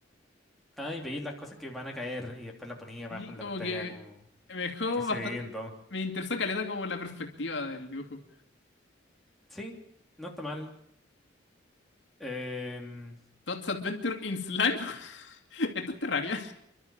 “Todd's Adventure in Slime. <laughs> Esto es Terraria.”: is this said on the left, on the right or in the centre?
Left